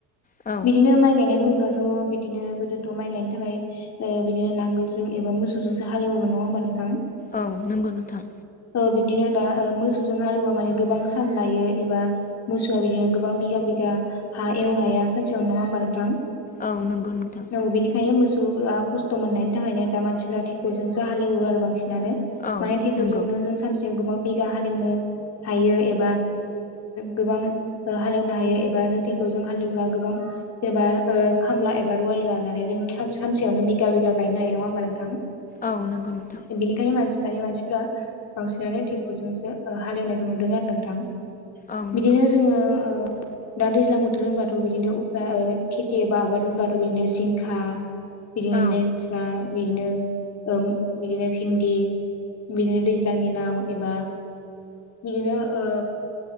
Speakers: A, on the left; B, on the left.
A: औ
B: बिदिनो माइ गायनाय बुङोब्ला बिदिनो गोदोथ' माइ गायनो थाखाय बिदिनो नांगोलजों एबा मोसौजोंसो हालेवोमोन नङा होमबा नोंथां
A: औ नंगौ नोंथां
B: औ बिदिनो दा मोसौजों हालोबा माने गोबां सान लायो एबा मोसौआ बिदिनो गोबां बिगा बि हा एवनाया सानसेयाव नङा होनबा नोंथां
A: औ नंगौ नोंथां
B: औ बेनिखायनो खस्थ' मोननायनि थाखायनो दा मानसिफ्रा थेकटरजोंसो हालेवो आरो बांसिन
A: औ
B: माने ट्रेक्टरजोंनो
A: नंगौ
B: जों सानसेयाव गोबां बिगा हालेवनो हायो एबा गोबां हालेवनो हायो एबा जों ट्रेक्टरजों हालेवब्ला गोबां जेनेबा खामला एबा रुवानि लानानै जों सानसेयावनो बिगा बिगा गायनो हायो नङा होमबा नोंथां
A: औ नंगौ नोंथां
B: बेनिखायनो मानसि दानि मानसिफ्रा बांसिनानो ट्रेक्टरजोंसो हालेवनायखौ नुदों आरो नोंथां
A: औ
B: बिदिनो
A: नंगौ
B: जोङो ओ दा दैज्लां बोथोर होनबाथ' बिदिनो उफ्रा खेथि एबा आबाद होनबाथ' बिदिनो जिंखा बिदिनो
A: औ
B: लेस्रा बिदिनो बिदिनो भिन्दि बिदिनो दै लां दिनाव एबा बिदिनो ओ